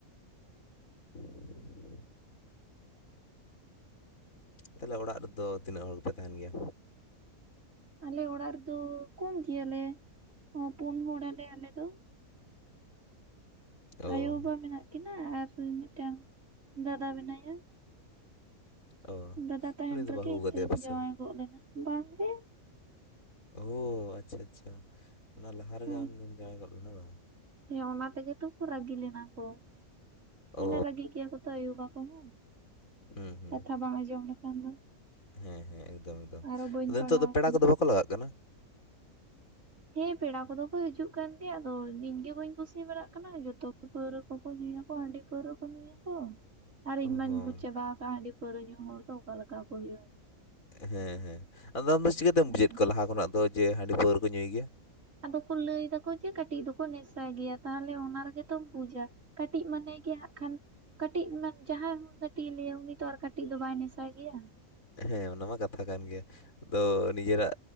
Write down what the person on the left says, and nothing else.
<inaudible> ᱛᱟᱞᱦᱮ ᱚᱲᱟᱜ ᱨᱮᱫᱚ ᱛᱤᱱᱟᱹᱜ ᱦᱚᱲ ᱜᱮᱯᱮ ᱛᱟᱦᱮᱱ ᱜᱮᱭᱟ
ᱚ
ᱚ
ᱩᱱᱤ ᱫᱚ
ᱵᱟᱹᱦᱩ
ᱟᱠᱟᱫᱮᱭᱟ
ᱯᱮᱥᱮ
ᱵᱟᱝ
ᱚ ᱟᱪᱪᱷᱟ ᱟᱪᱪᱷᱟ ᱚᱱᱟ ᱞᱟᱦᱟ ᱨᱮᱜᱮ
ᱟᱢᱫᱚᱢ ᱡᱟᱶᱟᱭ ᱜᱚᱫ ᱞᱮᱱᱟ ᱵᱟᱝ
ᱚ
ᱦᱩᱸ ᱦᱩᱸ
ᱦᱮᱸ ᱦᱮᱸ ᱮᱠᱫᱚᱢ ᱮᱠᱫᱚᱢ
ᱟᱫᱚ
ᱱᱤᱛᱚᱜ ᱫᱚ
ᱯᱮᱲᱟ ᱠᱚᱫᱚ ᱵᱟᱠᱚ ᱞᱟᱜᱟᱜ ᱠᱟᱱᱟ
ᱚ
ᱦᱚᱸ
ᱦᱮᱸ ᱦᱮᱸ ᱟᱫᱚ ᱟᱢᱫᱚ ᱪᱤᱠᱟᱹᱛᱮᱢ
ᱵᱩᱡᱮᱫ ᱠᱚᱣᱟ ᱞᱟᱦᱟ ᱠᱷᱚᱱᱟᱜ ᱫᱚ ᱡᱮ ᱦᱟᱺᱰᱤ ᱯᱟᱹᱣᱨᱟᱹ ᱠᱚ ᱧᱩᱭ ᱜᱮᱭᱟ
ᱦᱮᱸ ᱚᱱᱟ ᱢᱟ ᱠᱟᱛᱷᱟ ᱠᱟᱱ ᱜᱮᱭᱟ ᱟᱫᱚ ᱱᱤᱡᱮᱨᱟᱜ